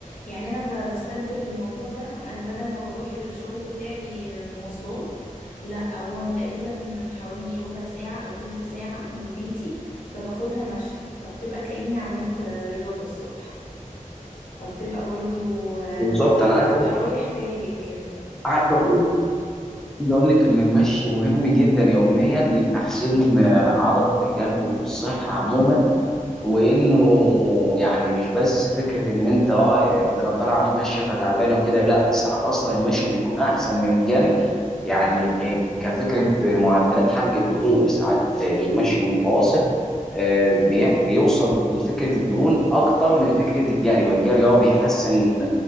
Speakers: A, on the left; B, in the centre.
A: يعني أنا ب- بستبدل الموضوع ده أنا بدل ما بروح الشغل بتاعي مواصلات لا هو تقريبا حوالي ربع ساعة أو تلت ساعة من بيتي فباخدها مشي فبتبقى كأني عملت رياضة الصبح فبتبقى برضو آه،
B: بالظبط انا عايز
A: تبقى رايح فايق كده
B: عايز اقول عايز اقول لك ان المشي مهم جدا يوميا لتحسين آه، عضله القلب والصحه عموما وانه يعني مش بس فكره ان انت اه ده انا طالع اتمشى فتعبان وكده لا ساعات اصلا المشي بيكون احسن من الجري يعني كفكره معدلات حرق الدهون ساعات تلاقي المشي المتواصل آه، بي- بيوصل لفكره الدهون اكتر من فكره الجري والجري اه بيحسن